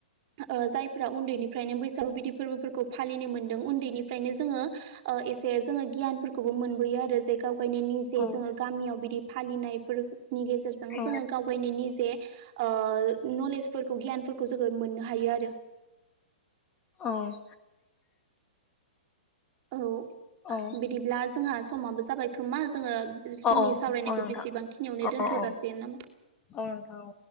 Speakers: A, on the right (about 45°); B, on the left (about 25°).
A: ओ जायफ्रा उन्दैनिफ्रायनो बैसागु बिदि फोरबोफोरखौ फालिनो मोनदों उन्दैनिफ्रायनो जोङो ओ एसे जोङो गियानफोरखौबो मोनबोयो आरो जे गाव बायनो निजे
B: औ
A: जोङो गामियाव बिदि फालिनायफोरनि गेजेरजों
B: औ
A: जोङो गाव गायनो निजे ओ नलेजफोरखौ गियानफोरखौ जोङो मोननो हायो आरो <inaudible>
B: औ
A: औ
B: औ
A: बिदिब्ला जोंहा समाबो जाबाय खोमा जोङो जोंनि
B: औ औ
A: सावरायनायखौ
B: औ नोंथां
A: बेसेबांखिनियावनो
B: औ
A: दोनथ'
B: औ
A: जासिगोन नामा
B: औ नोंथां औ